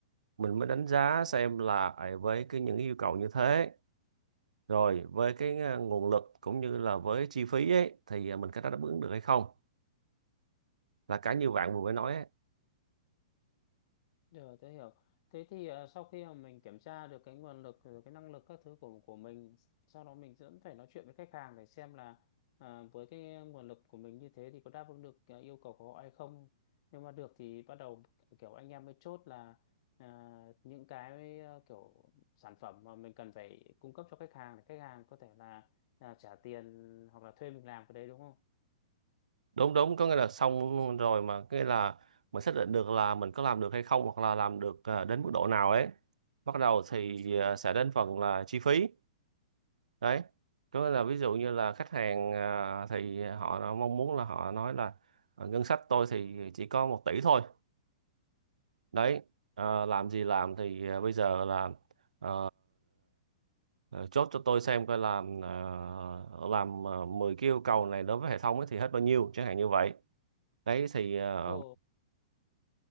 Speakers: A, on the right (about 85°); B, on the left (about 50°).
A: mình mới đánh giá xem là à, với cái những yêu cầu như thế rồi với cái à, nguồn lực cũng như là với chi phí ấy thì à, mình có đáp ứng được hay không là cái như bạn vừa mới nói ấy.
B: Rồi tôi hiểu. Thế thì à, sau khi mà mình kiểm tra được cái nguồn lực, rồi cái năng lực các thứ của của mình, sau đó mình vẫn phải nói chuyện với khách hàng để xem là à, với cái nguồn lực của mình như thế thì có đáp ứng được à, yêu cầu của họ hay không. Nhưng mà được thì bắt đầu kiểu anh em mới chốt là à, những cái à, kiểu sản phẩm mà mình cần phải cung cấp cho khách hàng để khách hàng có thể là, là trả tiền hoặc là thuê mình làm cái đấy đúng không?
A: đúng đúng có nghĩa là xong rồi mà cái là mình xác định được là mình có làm được hay không hoặc là làm được à, đến mức độ nào ấy bắt đầu thì à, sẽ đến phần là chi phí đấy có nghĩa là ví dụ như là khách hàng à, thì họ mong muốn là họ nói là "Ờ, ngân sách tôi thì chỉ có một tỷ thôi đấy ờ, làm gì làm thì à, bây giờ là ờ, ờ, chốt cho tôi xem coi làm ờ, làm ờ, 10 cái yêu cầu này đối với hệ thống ấy thì hết bao nhiêu chẳng hạn như vậy đấy thì ờ,
B: Ồ,